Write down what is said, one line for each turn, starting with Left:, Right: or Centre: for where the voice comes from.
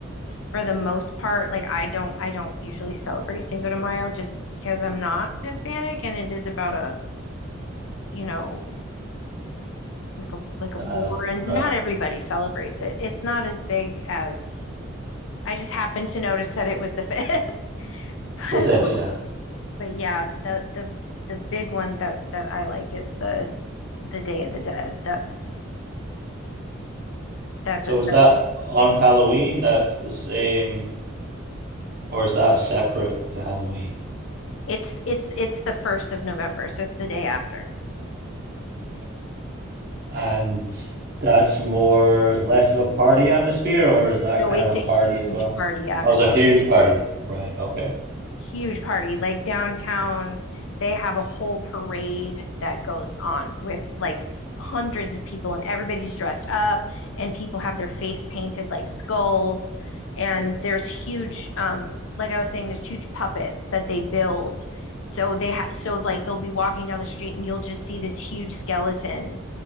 Left: for the most part like I don't I don't usually celebrate Cinco de Mayo just because I'm not Hispanic and it is about a you know like a like a
Right: battle,
Left: war and
Right: right?
Left: not everybody celebrates it. It's not as big as I just happened to notice that it was the fifth. <laughs>
Right: Today,
Left: but,
Right: yeah.
Left: but yeah, the the the big one that that I like is the the Day of the Dead. That's that's
Right: So,
Left: a, that's
Right: is that on Halloween? That's the same. or is that separate to Halloween?
Left: it's it's it's the first of November, so it's the day after.
Right: Right. And that's more less of a party atmosphere, or is that
Left: No,
Right: kind
Left: it's
Right: of a
Left: a
Right: party
Left: huge
Right: as well?
Left: party atmosphere.
Right: Oh, it's a huge party. Right. Okay.
Left: huge party. Like downtown, they have a whole parade that goes on with like hundreds of people, and everybody's dressed up, and people have their face painted like skulls. And there's huge, um, like I was saying, there's huge puppets that they build. So they ha- so like they'll be walking down the street, and you'll just see this huge skeleton.